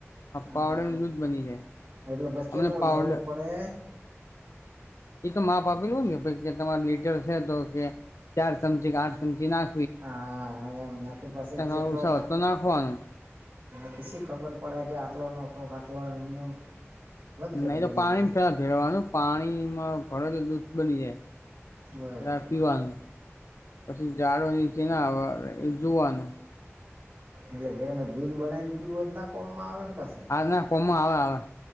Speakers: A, on the right (about 55°); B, on the left (about 80°).
A: હા
B: પાવડર દૂધ બની જાય
A: એટલે બસકેટલો
B: અમને પાવડર
A: લેવો પડે
B: એ તો માપ આપી લે ને કે ભ કે તમાું લીટર છે તો કે ચાર ચમચી કે આઠ ચમચી ના
A: હ એમ નાખ બસ જે જેટલા
B: તમારે ઉછાવત
A: ન
B: તો નાખવાનું
A: પછી ખબર પડે કે આટલો નખો આટલો એમને વધઘટ
B: નહી
A: બની
B: તો પાણી
A: જાય
B: ફર ભરવાનું પાણીમાં ભર તો દૂધ બની જાય
A: બરાબર
B: રાબ પીવાનુ પછી ઝાડો નીચે ના આવેવા એ જોવાનુ
A: એટલે તેનું દૂધ બનાવી ને પીવું ના કોમમાં આવે ને પછ
B: હા ના કોમાં આવે આવે